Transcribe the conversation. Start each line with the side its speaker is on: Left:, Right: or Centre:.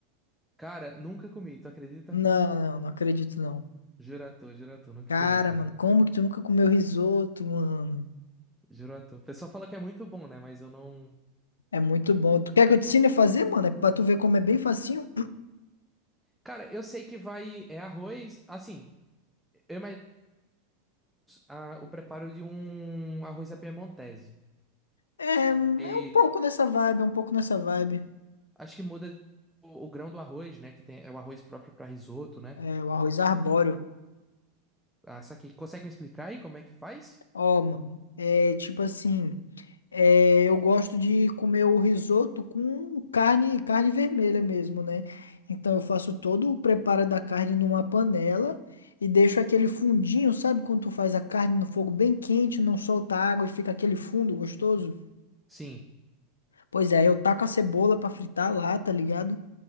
Centre: Cara, nunca comi, tu acredita?
Left: Não, não, não acredito, não.
Centre: Jura tu, jura tu, nunca
Left: Cara,
Centre: comi, cara.
Left: mano, como que tu nunca comeu risoto, mano?
Centre: Juro tu. O pessoal fala que é muito bom, né? Mas eu não.
Left: É muito bom. Tu quer que eu te ensine a fazer, mano? É pra tu ver como é bem facinho.
Centre: Cara, eu sei que vai. É arroz. Assim, eu imagino ah, o preparo de um arroz à piemontese.
Left: É, hum,
Centre: E
Left: é um pouco nessa vibe, é um pouco nessa vibe.
Centre: acho que muda o, o grão do arroz, né? Que tem, é o arroz próprio para risoto, né?
Left: É, o arroz arbóreo.
Centre: Ah, saquei. Consegue me explicar aí como é que faz?
Left: Ó, mano. É tipo assim. É, eu gosto de comer o risoto com carne, carne vermelha mesmo, né? Então eu faço todo o preparo da carne numa panela e deixo aquele fundinho, sabe? Quando tu faz a carne no fogo bem quente, não solta água e fica aquele fundo gostoso.
Centre: Sim.
Left: Pois é, eu taco a cebola pra fritar lá, tá ligado?